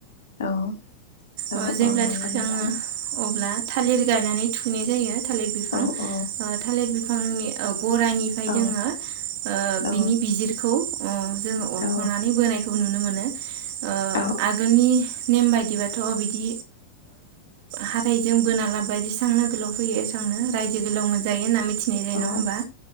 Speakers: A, on the left; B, on the right.
A: औ औ
B: ओ
A: औ
B: जेब्ला
A: नंगौ
B: थुखैखाङो
A: नोंथां
B: अब्ला थालिर गायनानै थुखैनाय जायो थालिर बिफां
A: औ
B: ओ
A: औ
B: थालिर बि फांनि ओ गरानिफ्राय
A: औ
B: जोङो ओ
A: औ
B: बिनि बिजिरखौ ओ जोङो अरख'नानै
A: औ
B: बोनायखौ नुनो मोनो ओ
A: औ
B: आगोलनि नेम बायदिबाथ' ओ बिदि हाथाय जों बोना लाबोबाय बेसांनो गोलाव फैयो एसबांनो रायजो गोलाव मोनजायो होनना मिथिनाय जायो
A: औ
B: नङा होमबा